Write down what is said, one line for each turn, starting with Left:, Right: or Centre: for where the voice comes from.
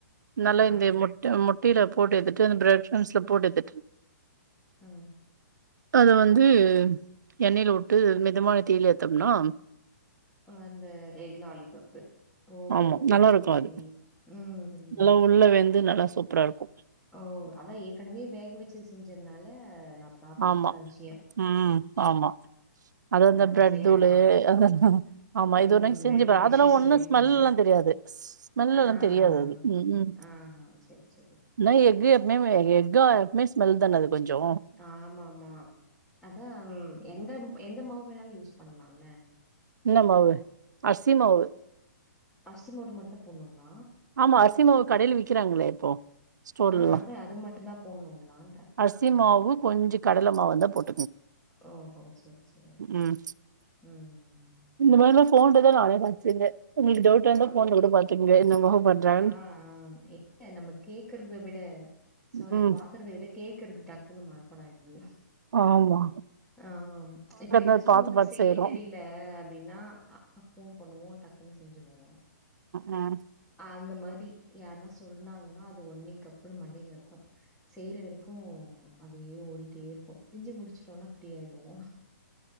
Right: நல்ல
Centre: ஆ.
Right: இந்த முட்ட முட் டைல போட்டு எடுத்துட்டு இந்த பிரெட் க்ரம்ஸ்ல போட்டு எடுத்துட்டு
Centre: ஆ
Right: அத வந்து எண்ணெய்ல உட்டு மிதமான தீல எடுத்தம்னா
Centre: அந்த எக் லாலிபப்பு ஓஹோ!
Right: ஆமா நல்லாருக்கு
Centre: ஓகே. ஓகே.
Right: அது
Centre: ம். ம்.
Right: நல்லா உள்ள வெந்து நல்லா சூப்ரா இருக்கு
Centre: ஓ அதா ஏற்கனவே வேக வச்சு செஞ்சதுனால நல்லாருக்கு
Right: ஆமா
Centre: க்ரன்ஜியா
Right: ம் ஆமா அது அந்த
Centre: நான்
Right: பிரெட்
Centre: செய்றேன்
Right: தூளு
Centre: அப்பன்னா.
Right: அதா ஆமா
Centre: ம்.
Right: இது ஒரு லைன் செஞ்சு ப
Centre: டிஷ்ஷு
Right: அதுலா ஒன்னு
Centre: சொல்லியிருக்கீங்க.
Right: ஸ்மல்லா தெரியாது ஸ்மெல் எல்லா
Centre: ஆ.
Right: தெரியாது அது
Centre: ஆ.
Right: ம் ம்
Centre: ஆஹா! சரி, சரி.
Right: ல்லா எக்கு எப்மே வெ எக்கா எப்மே ஸ்மெல் தான அது கொஞ்சோ
Centre: க ஆமாமா அதா ம் எந்தம் எந்த மாவு வேணாலு யூஸ் பண்லால
Right: இன்ன மாவு அசி மாவு
Centre: அசி மாவ்டு மட்டு தா போட்னுங்ளா
Right: ஆமா அர்சி மாவு கடைல விக்கிறாங்களே இப்போ ஸ்டோர்லலா
Centre: ஆ அதான் அது மட்டும் தான் போடணுங்களான்றேன்.
Right: அர்சி மாவு கொஞ்ச கடல மாவு இந்தா போட்
Centre: ஓஹோ செர் செரி ஓகே
Right: ம்
Centre: ம்
Right: இந்த மாரிலா ஃபோன்ல தா நானே பாத் செஞ்ச உங்குளுக்கு டவுட் வந்தா
Centre: ஓ!
Right: ஃபோன்ல கூட பாத்துக்கங்க என்ன மாவு பண்றாங்கன்னு
Centre: ஆ <inaudible> நம்ம கேக்குறத விட
Right: ம்
Centre: சாரி
Right: ம்.
Centre: பாக்குறத விட கேக் கேக்கற்து டக்குனு மனப்பாடோ ஆயிட்து
Right: ஆமா
Centre: ஆ இப்ப எதாச்சு
Right: பாக்கறத பாத்து
Centre: நமக்கு
Right: பாத்து
Centre: செய்ய
Right: செய்றோ
Centre: தெரியில அப்டின்னா <inaudible> ஃபோன் பண்ணுவோ டக் குன் செஞ்சிருவோ
Right: ம்
Centre: அந்த மாரி யாருனா சொன்னாங்னா அது ஒட்னே கப்புனு மண்டையிலருக்கூ செய்ற வரைக்கூ அப்டியே ஓடிட்டே இருக்கூ செஞ்சு முடிச்ட்டோனா ஃப்ரீ ஆயிருவோ